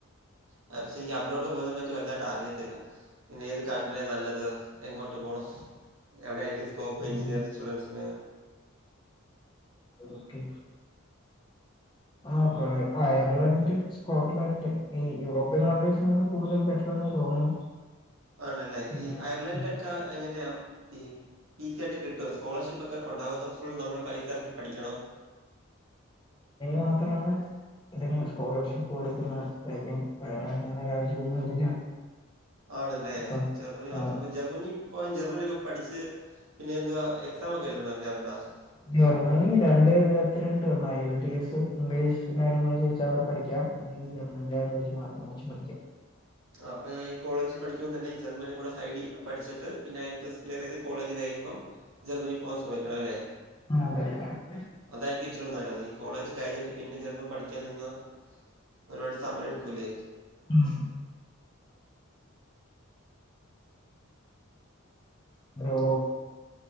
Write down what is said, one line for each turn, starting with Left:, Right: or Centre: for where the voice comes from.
Right: പക്ഷെ എനിക്ക് അബ്രോഡ് പോകുന്നതിനെ പറ്റി വലുതായിട്ട് അറിയത്തില്ല. പിന്ന ഏത് കൺട്രിയാ നല്ലത് എങ്ങോട്ട് പോണം എവിടെ ആയിട്ട് സ്കോപ്പ് എഞ്ചിനീയറിംഗ്
Left: ഉം.
Right: സ്റ്റുഡൻറ്സിന്
Left: ഓക്കെ, ആ അയർലഡ് സ്കോട്ട്ലാൻഡ്, ഈ യൂറോപ്യൻ കൺട്രീസാണ് കൂടുതൽ പെട്ടന്ന് തോന്നുണു.
Right: ആണല്ലേ
Left: പിന്നെ
Right: ഈ അയർലൻഡിലൊക്കെ എങ്ങനെയാ, ഈ ഈസി ആയിട്ട് കിട്ടു വോ, ഈ സ്കോളർഷിപ്പ് ഒക്കെ ഒണ്ടാകത്തോ ഫുൾ നമ്മൾ പൈസ ഇറക്കി പഠിക്കണോ.
Left: മാത്രമാണ് ഇതിന് സ്കോളർഷിപ്പ് കൊടുക്കുന്ന രാജ്യം വേറെ അങ്ങനെ രാജോന്നു ഇല്ല
Right: ആണല്ലേ
Left: അപ്പം
Right: ജർമ്മനി മൊത്തം
Left: ആഹ്
Right: അപ്പം ജർമ്മനി പോവാൻ ജർമ്മനിയൊക്കെ പഠിച്ച് പിന്നെന്തുവാ എക്സാം <unintelligible>
Left: ജർമ്മനി രണ്ട് വിധത്തിലുണ്ട് ഒന്ന് I L T S English language വെച്ചവ്ടെ പഠിക്കാം <unintelligible> മാത്രം വെച്ച് പഠിക്കാം
Right: ആപ്പൊ ഞാൻ കോളേജ് പഠിക്ക്പോ തന്നെ ജർമ്മനി കൂടെ <unintelligible> പഠിട്ട് പിന്നെ അതി ടെസ് ക്ലിയർ ചെയ് കോളേജ് കഴിയുമ്പോം ജർമ്മനി പോവാൻ ശ്രമിക്കണല്ലേ?
Left: ആ <unintelligible>
Right: അതായിരിക്കിച്ചൂടെ നല്ലത് നീ കോളേജ് കഴിഞ്ഞിട്ട് പിന്നെ ജർമ്മൻ പഠിക്കാൻ നിന്ന ഒരുപാട് സമയം എടുക്കൂല്ലേ
Left: മ് <inaudible> ബ്രോ